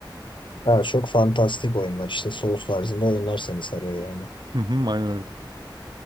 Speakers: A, on the left; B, on the right.
A: Evet, çok fantastik oyunlar işte Souls tarzında oyunlar seni sarıyor yani.
B: Hı hı, aynen öyle.